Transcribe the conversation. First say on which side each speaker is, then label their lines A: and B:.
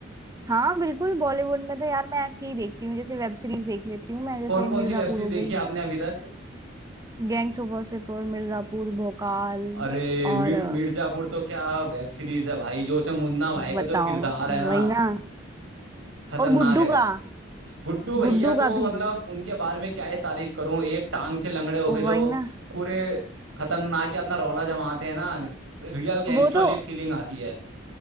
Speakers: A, on the right; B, on the right.
A: हाँ बिल्कुल बॉलीवुड में तो यार मैं ऐसे ही देखती हूँ जैसे वेब सीरीज देख लेती हूँ मैं जैसे
B: कौन
A: मिर्जापुर
B: कौन सी वेब सीरीज
A: हो
B: देखी
A: गई
B: है आपने अभी तक
A: गैंग्स ऑफ वासेपुर मिर्जापुर भोकाल
B: अरे मिर,
A: और अ,
B: मिर्जापुर तो क्या वेब सीरीज है भाई जो उसमें मुन्ना भाई का
A: बताओ
B: जो किरदार
A: मतलब
B: है ना
A: वही ना
B: खतरनाक
A: और गुड्डू
B: है
A: का
B: गुड्डू भैया
A: गुड्डू
B: तो
A: का भी
B: मतलब उनके बारे में क्या ही तारीफ करूं एक टांग से लंगड़े हो गए जो
A: वही ना
B: पूरे खतरनाक ही अपना रौला जमाते हैं ना रियल गैंगस्टर
A: वो
B: वाली
A: तो
B: फीलिंग आती है